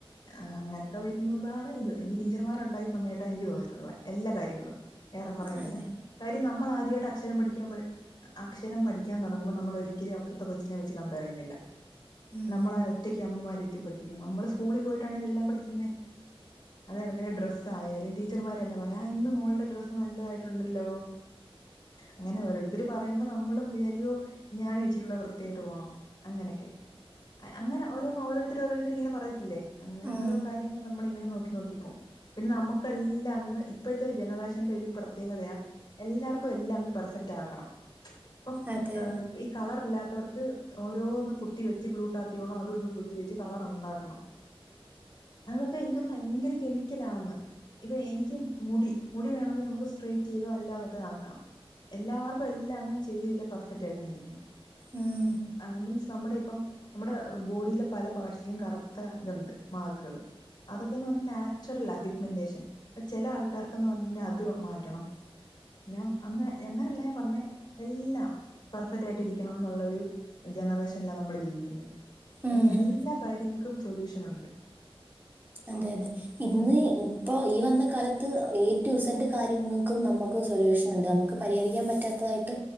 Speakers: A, on the left (about 50°); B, on the right (about 20°).
A: ആഹ് അങ്ങനക്കെ വരുന്നതാണ് ഇത് ഇനി ടീച്ചർമാർണ്ടാക്കി തന്നേട്ടാ എനിക്ക് തോന്നിട്ടോള്ളെ എല്ലാ കാര്യങ്ങളും ഏറെക്കോറെ എല്ലാം
B: അതെ
A: കാര്യം നമ്മളാദ്യവായിട്ട് അക്ഷരം പഠിക്കാൻ അക്ഷരം പഠിക്കാൻ തൊ ടങ്ങുമ്പോ നമ്മള് ഒരിക്കലും അപ്പറത്തെ കൊച്ചിനെ വെച്ച് കംപേറ് ചെയ്യുന്നില്ല
B: ഉം
A: നമ്മള് ഒറ്റ റ്റക്ക് അമ്മമ്മാര് ഇരുത്തി പഠിപ്പിക്കും നമ്മള് സ്കൂളിൽ പോയിട്ടാണ് ഇതെല്ലാം പഠിക്കുന്നേ അതെക്കണക്ക് ഡ്രസ്സ് ആായാലും ടീച്ചർമാരന്നെ പറയും ആഹ്‌ ഇന്ന് മോളുടെ ഡ്രസ്സ് നല്ലതായിട്ടുണ്ടല്ലോ അങ്ങനെ ഓരോരുത്തര് പറയുമ്പോ നമ്മളും വിചാരിക്കുവോ ഞാനും ഇച്ചിരുടെ വൃത്തിയായിട്ട് പോണം അങ്ങനെക്കെ അങ്ങനെ ഓരോന്ന് ഓരോരുത്തര് ഓരോരുത്തര് ഇങ്ങനെ പറയത്തില്ലേ അങ്ങനെ
B: ഉം
A: ഓരോ കാര്യങ്ങളും നമ്മളിങ്ങനെ നോക്കി നോക്കിപ്പോം പിന്നെ നമുക്കെല്ലാം അങ്ങ് ഇപ്പോഴത്തെ ജനറേഷന്റെ ഒരു പ്രത്യേകതയാ എല്ലാർക്കും എല്ലാം അങ്ങ് പെർ ഫറ്റ് ആകണം ഇപ്പം
B: അതെ
A: ഈ കളറില്ലാത്തവർക്ക് ഓരോന്ന് കുത്തി വെച്ച് ഗ്ലൂട്ടാത്തിയോണോ അതും ഇതും കുത്തി വെച്ച് കളർ ഒണ്ടാക്കണം അതൊക്കെ എനിക്കൊന്ന് ഭയങ്കര കെമിക്കലാണെന്ന് ഇപ്പോ എനിക്ക് മുടി മുടി വേണോങ്കി നമുക്ക് സ്ട്രെറ്റ് ചെയ്തോ അല്ലാതൊക്കെ ആക്കാം എല്ലാർക്കും എല്ലാം അങ്ങനെ ചെയ്തില്ല പെർഫെക്റ്റായിട്ട് അങ്ങ് ഇരിക്കണം
B: ഉം
A: ആഹ്‌ മീൻസ് നമ്മടെ ഇപ്പം നമ്മടെ ബോഡിയിലെ പല പാർട്സിലും കറുത്ത ഇതൊണ്ട് മാർക്ക്കള് അതൊക്കെന്ന് പറഞ്ഞ നാച്ചുറൽ ആ പിക്മെന്റേഷൻ അപ്പ ചെല ആൾക്കാർക്ക്ന്ന് പറഞ്ഞ അത് മാറ്റണം ഞാൻ അങ്ങ അങ്ങനല്ല ഞാൻ പറഞ്ഞെ എല്ലാം പെർഫ റ്റായിട്ട് ഇരിക്കണം ന്നുള്ളോരു ജനറേഷനല്ല നമ്മള് ജീവിക്കുന്നേ
B: ഉം
A: ഇനി എല്ലാ കാര്യങ്ങക്കും സൊല്യൂഷനൊണ്ട്
B: അതെ അതെ ഇന്ന് ഇപ്പൊ ഈ വന്ന കാല ത്ത് ഏ ടു ഇസഡ് കാര്യങ്ങക്കും നമുക്ക് സൊല്യൂഷൻ ഉണ്ട് നമുക്ക് പരിഹരിക്കാൻ പറ്റാത്തതായിട്ട്